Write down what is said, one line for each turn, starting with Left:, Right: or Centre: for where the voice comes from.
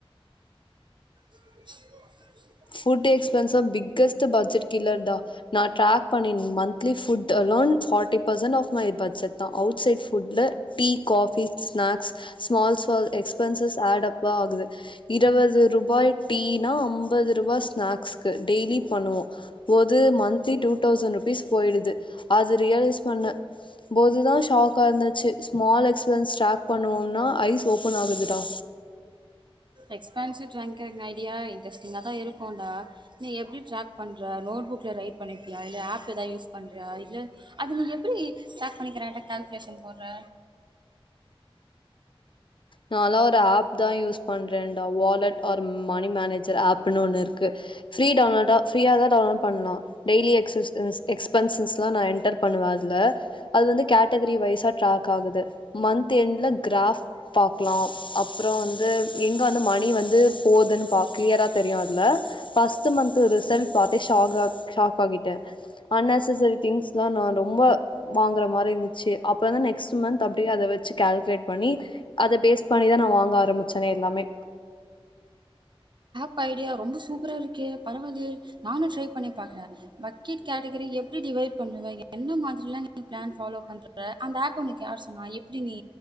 Right: <inaudible>
Left: ஃபுட் எக்ஸ்பென்ஸா பிக்கஸ்ட் பட்ஜெட் கில்லர் தா நா டிராக் பண்ணி monthly food allowance forty percent of my budget தா அவுட் சைட் ஃபுட்ல tea coffee snacks smalls small expenses add up ஆகுது இருவது ரூபாய் டீனா அம்பது டிவாஸ் ஸ்னாக்ஸ்கு டெய்லி பண்ணுவ பொது மந்லி டுதவுசன் ரூபிஸ் போயிருது அது ரியல்ஸ் பண்ண போதுதா சாக்காந்துச்சு ஸ்மால் எக்ஸ்பில ஷார்பண்ணுவோனா ஓப்பன் ஆகுது டா
Right: எக்ஸ்பன்சிவ் ட்ராங்கன் ஐடியா இன்ட்ரெஸ்டிங்னக இருக்கும்தா நீ எப்டி ட்ராக் பண்ணுற நோட் புக்லா ரைட் பண்ணிப்பியா இல்ல ஆப் எதா யூஸ் பண்ணுறியா இல்ல அத நீ எப்டி ட்ராக் பண்ணிக்கிறநு கால்குலேஷன் போடுற
Left: நாலா ஒரு ஆப் தா யூஸ் பண்றேன்டா wallet or money manager app ப்ணு ஒண்ணு இருக்கு ப்ரீ டன்லோடோ ப்ரீயாதா டவுன்லோட் பண்னு டெய்லி சீஸ் எக்ஸ்பென்ஸ்சஸ்லா நா என்டர் பண்ணுவ அதுலா அது வந்து கேட்டகிரி வைஸா டிராக் ஆகுது மந்த் எண்டுல கிராப் பாக்லா அப்றோ வந்து எங்க வந்து மணி வந்து போதுன் பாப் கிளியரா தெரியு அதுல ஃபஸ்டு மந்த் ரிசல்ட் பத்தே ஷாகாக் ஷாக் ஆகிட்டே அன்நெசசரி திங்ஸ் நா ரொம்ப வாங்குற மாரி இருந்துச்சு அப்புறோ தா நெக்ஸ்ட் மந்த் அப்டியே அத வச்சு கேல்க்லேட் பன்னி அத பேஸ் பண்ணிதா நா வாங்க ஆரம்பிச்சேனே எல்லாமே
Right: ப் ஐடியா ரொம்ப சூப்பரா இருக்கு பரவாலே நானு ட்ரை பண்ணிபாக்குறா பக்கெட் கேட்டகரி எப்டி டிவைட் பண்ணுவ என்ன மாதிரிலா ம் பிளான் பாலோ பண்ற த அந்த ஆக் உணுக்கு யார் சொன்னா எப்படி நீ